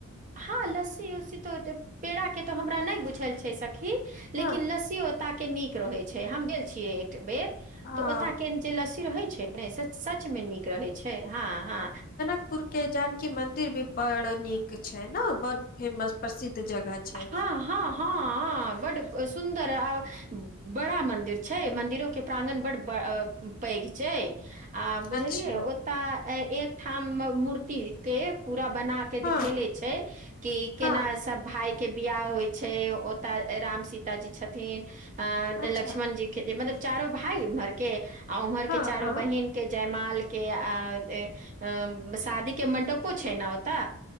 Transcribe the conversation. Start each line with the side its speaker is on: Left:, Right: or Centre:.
Right: हँ लस्सी उसी तऽ पेड़ा के तऽ हमरा नहि बुझल छै स खि लेकिन
Left: हँ
Right: लसी ओत के निक रहय छै हम गेल छियै एक बेर
Left: हँ
Right: तऽ ओता के जे लस्सी रहै छै ने से सच मे नीक रहै छै हँ हँ
Left: पुर के जानकी मन्दिर भी ब नीक छै ने बड फेमस प्रसिद्ध जगह छै
Right: हँ हँ हँ बड्ड ब सुन्दर आ बड़ा मंदिर छै मंदिरो के प्रांगण बड्ड पैघ छै आ बुझलियए
Left: अच्छा
Right: ओता एकठाम मूर्ति के पूरा बना के दिखेले
Left: हँ
Right: छै कि केना
Left: हँ
Right: सब भाई के बियाह होइ छै ओतऽ राम सीता जी छथिन
Left: अच्छा
Right: अ लक्ष्मण जी के मतलब चारो भाय उम्हर के आ उम्हर
Left: हँ
Right: के चारो
Left: हँ
Right: बहिन के जयमाल के आ ए अं शादी के मंडपो छै ने ओता